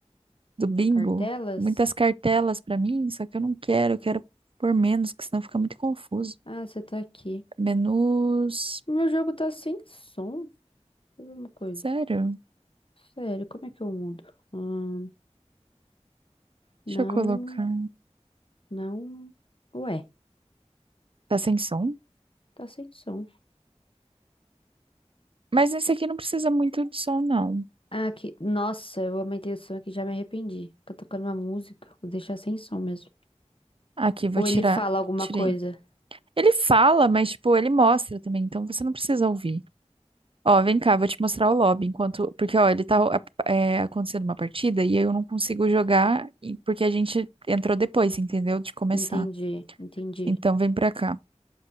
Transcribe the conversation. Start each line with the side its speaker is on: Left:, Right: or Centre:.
Right: do bingo,
Left: Cartelas?
Right: muitas cartelas pra mim, só que eu não quero, eu quero por menos, que senão fica muito confuso.
Left: Ah, você tá aqui.
Right: Menus.
Left: Meu jogo tá sem som. Deixa eu ver uma coisa.
Right: Sério?
Left: Sério, como é que eu mudo? Hum, não,
Right: Deixa eu colocar.
Left: não. Ué,
Right: Tá sem som?
Left: tá sem som.
Right: Mas esse aqui não precisa muito de som, não.
Left: Ah, aqui. Nossa, eu aumentei o som aqui, já me arrependi. Tá tocando uma música, vou deixar sem som mesmo.
Right: Aqui, vou
Left: Ou
Right: tirar.
Left: ele fala alguma
Right: Tirei.
Left: coisa.
Right: Ele fala, mas, tipo, ele mostra também, então você não precisa ouvir. Ó, vem cá, vou te mostrar o lobby, enquanto... Porque, ó, ele tá a- é, acontecendo uma partida e eu não consigo jogar e- porque a gente entrou depois, entendeu? De começar.
Left: Entendi, entendi.
Right: Então, vem pra cá.